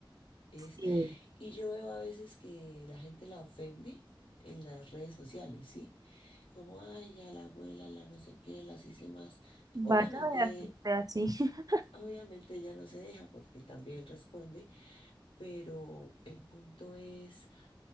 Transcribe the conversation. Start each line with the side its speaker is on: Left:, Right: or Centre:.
Left: Es
Right: sí.
Left: Y yo veo a veces que la gente la ofende en las redes sociales, ¿sí? Como, ay, ya la abuela, la no sé qué, las hice más.
Right: Vaya,
Left: Obviamente,
Right: vea que usted así. <laughs>
Left: obviamente ella no se deja porque también responde, pero el punto es,